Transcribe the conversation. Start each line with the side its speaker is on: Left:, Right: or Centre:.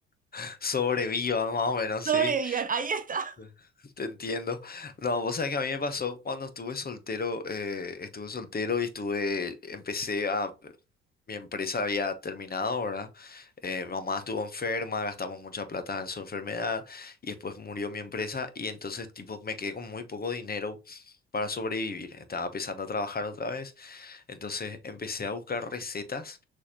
Left: <laughs> Sobreviva más o
Right: <laughs>
Left: menos, sí.
Right: Sobrevivan, ahí está. <laughs>
Left: <laughs> Te entiendo. No, vos sabés que a mí me pasó cuando estuve soltero, eh, estuve soltero y estuve, empecé a, mi empresa había terminado, ¿verdad? Eh, mi mamá estuvo enferma, gastamos mucha plata en su enfermedad y después murió mi empresa y entonces tipo me quedé con muy poco dinero para sobrevivir. Estaba empezando a trabajar otra vez entonces empecé a buscar recetas